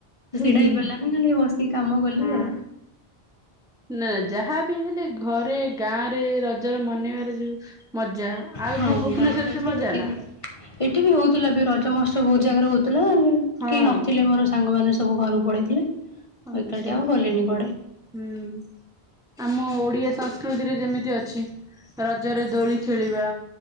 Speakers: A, in the centre; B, on the left.
A: ହୁଁ
B: ସେଇଟା
A: ହୁଁ
B: ହେଇପାରିଲାନି ଖାଲି ବସିକି କାମ କଲି
A: ହଁ
B: ଆଉ।
A: ନା ଯାହାବି ହେଲେ ଘରେ ଗାଁ ରେ ରଜର ମନେଇବାର ଯୋଉ ମଜା। ଆଉ
B: ହଁ
A: କଣ ଭୁବନେଶ୍ଵରରେ
B: ଗାଁ ରଜ
A: ସେ ମଜା
B: ଏଠି
A: ନା
B: ଏଠି ବି ହଉଥିଲା ବି ରଜ ମହୋତ୍ସବ ବହୁତ ଜାଗାରେ ହଉ
A: ହଁ
B: କେହି ନଥିଲେ ମୋର ସାଙ୍ଗ ମାନେ ସବୁ ଘରକୁ ପଳେଇ
A: ଆଚ୍ଛା
B: ମୁଁ ଏକାେ ଆଉ ଗଲିନି କୁଆଡେ।
A: ହୁଁ ଆମ ଓଡିଆ ସଂସ୍କୃତିରେ ଯେମିତି ଅଛି ରଜରେ ଦୋଳି ଖେଳିବା।